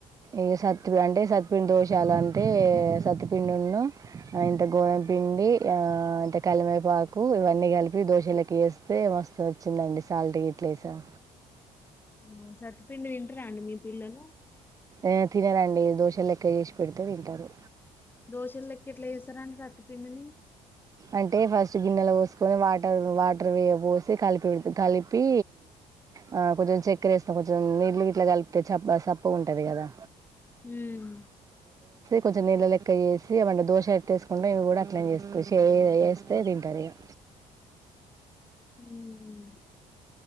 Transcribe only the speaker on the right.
ఇ సత్పి అంటే సత్పిండి దోశలు అంటే సత్పిండున్ను ఇంత గోధమ పిండి ఆ ఇంత కలివెపాకు ఇవన్నీ కలిపి దోశలోకి వేస్తే మస్తు వచ్చిందండి సాల్ట్ గిట్ల వేసం
ఎ తినరండి దోషలు లెక్క చేసి పెడితే తింటరు.
అంటే ఫస్ట్ గిన్నెలో పోసుకొని వాటర్ వట్రర్ మీద పోసి కలిపిండ్ కలిపి ఆ కొంచెం చక్కెర వేస్తాం కొంచెం నీళ్లు గీట్లా కలిపితే చ సప్ప ఉంటది కదా
కొంచెంనీళ్ళ లెక్క ఎసి అవంటిని దోశ ఎట్టేసుకుంటడా ఇవి కూడా అట్లే చేసుకో చేయలె చేస్తే తింటారు ఇగా